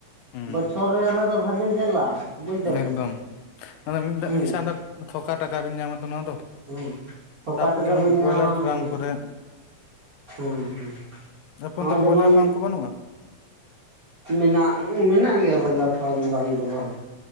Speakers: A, on the left; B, on the right.
A: ᱦᱩᱸ
B: ᱵᱚᱪᱷᱚᱨ ᱨᱮ ᱚᱱᱟ ᱫᱚ ᱵᱷᱟᱜᱮ ᱜᱮ ᱞᱟᱵᱷ ᱵᱩᱡ ᱫᱟᱵᱤᱱ
A: ᱮᱠᱫᱚᱢ ᱟᱫᱚ ᱢᱤᱫ ᱫᱷᱟ
B: ᱦᱮᱸ
A: ᱢᱤᱫ ᱥᱟᱶ ᱛᱮ ᱛᱷᱚᱠᱟ ᱴᱟᱠᱟ ᱵᱤᱱ ᱧᱟᱢᱟ ᱛᱚ ᱱᱚᱣᱟ ᱫᱚ
B: ᱦᱮᱸ ᱴᱷᱚᱠᱟ
A: ᱛᱟᱯᱚᱨ
B: ᱴᱚᱠᱟ
A: ᱡᱮᱢᱚᱱ
B: ᱵᱤᱱ
A: ᱵᱚᱭᱞᱟᱨ
B: ᱧᱟᱢᱟ
A: ᱯᱷᱟᱨᱟᱢ
B: ᱦᱮᱸ
A: ᱠᱚᱨᱮ
B: ᱦᱮᱸ ᱦᱮᱸ
A: ᱟᱯᱮ
B: ᱱᱚᱜᱼᱚᱭ
A: ᱚᱱᱛᱮ
B: ᱡᱮᱢᱚᱱ
A: ᱵᱚᱭᱞᱟᱨ ᱯᱷᱟᱨᱢ ᱠᱚ ᱵᱟᱹᱱᱩᱜ-ᱟ?
B: ᱢᱮᱱᱟᱜ ᱢᱮᱱᱟᱜ ᱜᱮᱭᱟ ᱵᱚᱭᱞᱟᱨ ᱯᱷᱟᱨᱢ ᱵᱟᱝ ᱫᱚ ᱵᱟᱝ